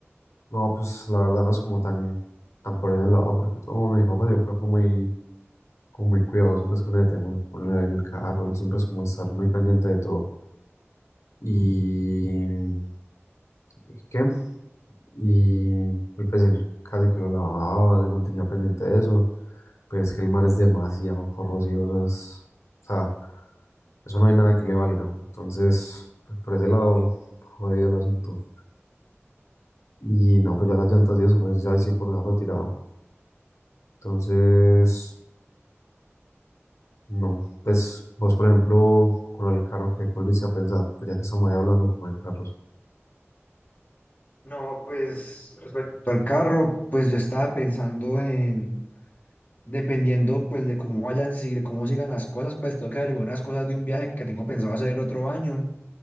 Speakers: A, on the left; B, on the left.
A: No, pues la verdad no es como tan, tan por ese lado, porque todo el mundo, mi papá siempre fue muy, como muy cuidadoso pues con el tema, con el carro, él siempre es como estar muy pendiente de todo. Y, ¿y qué? Y, y pues él casi que lo lavaba, se mantenía pendiente de eso. Pero es que el mar es demasiado corrosivo, o es- o sea, eso no hay nada que le valga. Entonces, pues, por ese lado, jodido el asunto. Y no, pues ya las llantas y eso, pues ahí sí por dejarlo tirado. Entonces, no, pues vos, por ejemplo, con el carro que volviste a pensar, pues ya que estamos ahí hablando como de carros.
B: No, pues respecto al carro, pues yo estaba pensando en, dependiendo pues de cómo vayan, si, de cómo sigan las cosas, pues tengo que averiguar unas cosas de un viaje que tengo pensado hacer el otro año.